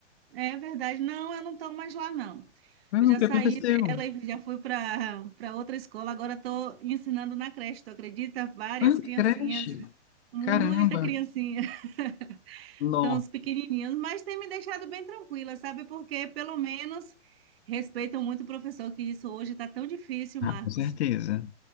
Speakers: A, on the right (about 55°); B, on the left (about 65°).
A: É verdade. Não, eu não estou mais lá, não.
B: Ah,
A: Eu já
B: o que
A: saí
B: aconteceu?
A: dela e já fui para para outra escola. Agora estou ensinando na creche, tu acredita? Várias
B: Ah,
A: criancinhas,
B: que creche.
A: muita
B: Caramba.
A: criancinha. <laughs>
B: Nossa,
A: Estão os pequenininhos, mas tem me deixado bem tranquila, sabe? Porque pelo menos respeitam muito o professor, que isso hoje está tão difícil, Marcos.
B: com certeza.